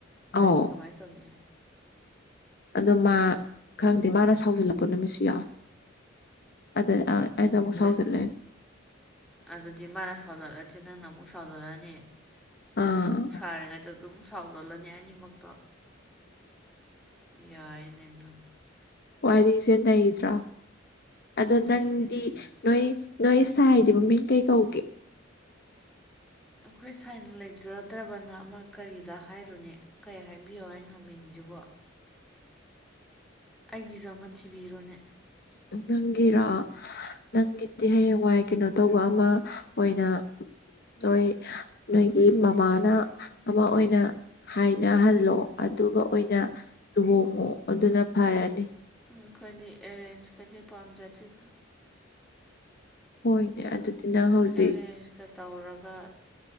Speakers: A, in the centre; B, on the left.
A: ꯃꯗꯤ
B: ꯑꯧ
A: ꯀꯃꯥꯏꯅ ꯇꯧꯅꯤ
B: ꯑꯗꯣ ꯃꯥ ꯈꯪꯗꯦ ꯃꯥꯅ ꯁꯥꯎꯖꯜꯂꯛꯄ ꯅꯨꯃꯤꯠꯁꯨ ꯌꯥꯎꯋꯦ ꯑꯗ ꯑꯥ ꯑꯩꯅ ꯑꯃꯨꯛ
A: ꯑꯗꯨꯠ
B: ꯁꯥꯎꯁꯤꯜꯂꯦ꯫
A: ꯑꯗꯨꯗꯤ ꯃꯥꯅ ꯁꯥꯎꯖꯔꯛꯑꯗꯤ ꯅꯪꯅ ꯑꯃꯨꯛ ꯁꯥꯎꯖꯔꯛꯑꯅꯤ ꯐꯨꯡ
B: ꯑꯥ
A: ꯐꯨꯡ ꯁ ꯁꯥꯔꯤꯉꯩꯗ ꯑꯗꯨꯝ ꯁꯥꯎꯗꯜꯂꯅꯤ ꯑꯅꯤꯃꯛꯇꯣ ꯌꯥꯏꯅꯦ ꯑꯗꯨ꯫
B: ꯋꯥꯔꯤꯁꯦ ꯂꯩꯗ꯭ꯔꯣ ꯑꯗꯣ
A: ꯅꯩꯔꯦ
B: ꯅꯪꯗꯤ
A: ꯅꯩꯔꯦ
B: ꯅꯣꯏ ꯅꯣꯏ ꯁꯥꯏꯗꯤ ꯃꯃꯤꯡ ꯀꯩ ꯀꯧꯒꯦ?
A: ꯑꯈꯣꯏ ꯁꯥꯏꯅ ꯂꯩꯖꯗ꯭ꯔꯕꯅ ꯑꯃꯛ ꯀꯔꯤꯗ ꯍꯥꯏꯔꯨꯅꯤ ꯀꯩ ꯍꯥꯏꯕꯤꯌꯣ ꯍꯥꯏꯅꯣ ꯃꯤꯡꯁꯤꯕꯣ? ꯑꯩꯒꯤꯁꯨ ꯑꯃ ꯊꯤꯕꯤꯔꯣꯅꯦ꯫
B: ꯎꯝ ꯅꯪꯒꯤꯔꯥ? ꯅꯪꯒꯤꯗꯤ ꯍꯌꯦꯡꯋꯥꯏ ꯀꯩꯅꯣ ꯇꯧꯕ ꯑꯃ ꯑꯣꯏꯅ ꯅꯣꯏ ꯅꯣꯏꯒꯤ ꯃꯃꯥꯅ ꯑꯃ ꯑꯣꯏꯅ ꯍꯥꯏꯅꯍꯜꯂꯣ ꯑꯗꯨꯒ ꯑꯣꯏꯅ ꯂꯨꯍꯣꯡꯉꯣ ꯑꯗꯨꯅ ꯐꯔꯅꯤ꯫
A: ꯎꯝ ꯑꯈꯣꯏꯗꯤ ꯑꯦꯔꯦꯟꯖ ꯀꯗꯤ ꯄꯥꯝꯖꯗꯤꯦꯗ꯫
B: ꯍꯣꯏꯅꯦ ꯑꯗꯨꯗꯤ ꯅꯪ ꯍꯧꯖꯤꯛ
A: ꯑꯦꯔꯦꯟꯖꯀ ꯇꯧꯔꯒ